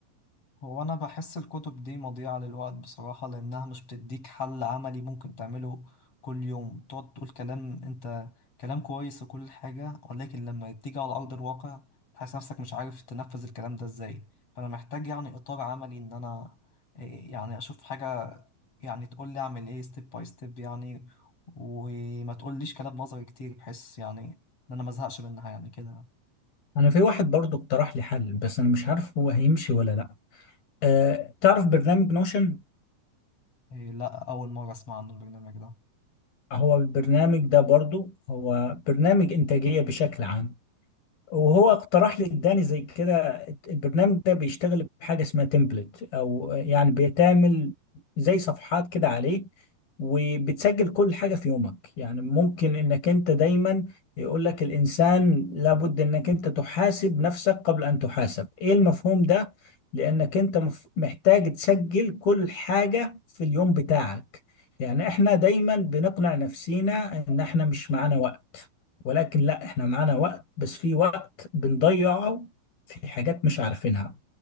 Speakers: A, on the left; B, on the left.
A: هو أنا بحس الكتب دي مضيعة للوقت بصراحة لأنها مش بتديك حل عملي ممكن تعمله كل يوم تقعد تقول كلام أنت كلام كويس وكل حاجة ولكن لما تيجي على أرض الواقع تحس نفسك مش عارف تنفذ الكلام ده إزاي فأنا محتاج يعني إطار عملي إن أنا إيه، يعني أشوف حاجة يعني تقول لي أعمل إيه ستيب باي ستيب يعني وما تقوليش كلام نظري كتير بحيث يعني إن أنا مزهقش منها يعني كده
B: انا في واحد برضو اقترح لي حل بس انا مش عارف هو هيمشي ولا لا آه، تعرف برنامج نوشن
A: إيه، لا أول مرة أسمع عن البرنامج ده
B: هو البرنامج ده برضو هو برنامج انتاجية بشكل عام وهو اقترح لي اداني زي كده البرنامج ده بيشتغل بحاجه اسمها تمبلت او يعني بيتعمل زي صفحات كده عليه وبتسجل كل حاجه في يومك يعني ممكن انك انت دايما يقول لك الانسان لابد انك انت تحاسب نفسك قبل ان تحاسب ايه المفهوم ده لانك انت مف- محتاج تسجل كل حاجه في اليوم بتاعك يعني احنا دايما بنقنع نفسينا ان احنا مش معانا وقت ولكن لا احنا معانا وقت بس في وقت بنضيعه في حاجات مش عارفينها